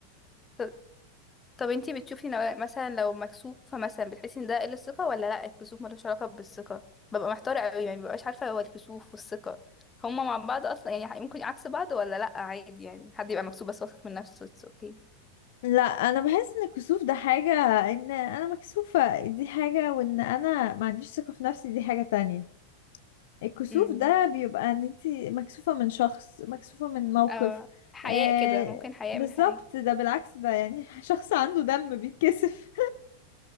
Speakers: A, on the left; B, on the left.
A: ط- طب انتي بتشوفي نوع- مثلا لو مكسوفة مثلا بتحسي ان ده قلة ثقة ولا لا الكسوف ملوش علاقة بالثقة ببقى محتارة قوي يعني مببقاش عارفة هو الكسوف والثقة هما مع بعض اصلا يعني ممكن عكس بعض ولا لا عادي يعني حد يبقى مكسوف بس واثق من نفسه اتس اوكي
B: لا انا بحس ان الكسوف ده حاجة ان انا مكسوفة دي حاجة وان انا ما عنديش ثقة في نفسي دي حاجة تانية الكسوف
A: امم
B: ده بيبقى ان انتي مكسوفة من شخص مكسوفة من موقف
A: اه حياء
B: آه
A: كده ممكن حياء
B: بالظبط
A: من حاجة
B: ده بالعكس ده يعني <laughs> شخص عنده دم بيتكسف